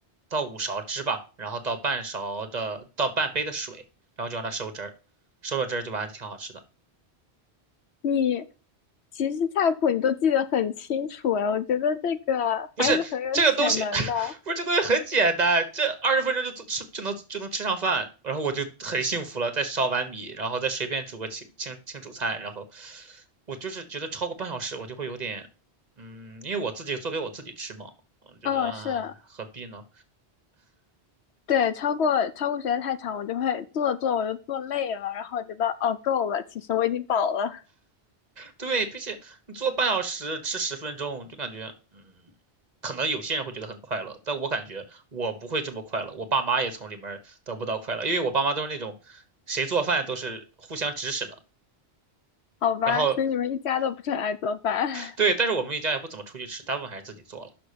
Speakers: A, on the right; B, on the left.
A: 倒五勺汁吧，然后倒半勺的倒半杯的水，然后就让它收汁儿，收了汁儿就完了，就挺好吃的。
B: 你其实菜谱你都记得很清楚哎，我觉得这个还是很有潜能的。
A: 不是这个东西，<laughs> 不是这东西很简单，这二十分钟就做吃就能就能吃上饭，然后我就很幸福了。再烧碗米，然后再随便煮个清清清煮菜，然后我就是觉得超过半小时我就会有点，嗯，因为我自己做给我自己吃嘛，我觉得、
B: 嗯，
A: 唉何必呢？
B: 是。对，超过超过时间太长，我就会坐着做着我就坐累了，然后我觉得哦够了，其实我已经饱了，
A: 对，并且你做半小时，吃十分钟，就感觉，嗯，可能有些人会觉得很快乐，但我感觉我不会这么快乐，我爸妈也从里面儿得不到快乐，因为我爸妈都是那种，谁做饭都是互相指使的，
B: 好吧。
A: 然后，
B: 所以你们一家都不是很爱做饭，
A: 对，但是我们一家也不怎么出去吃，大部分还是自己做了，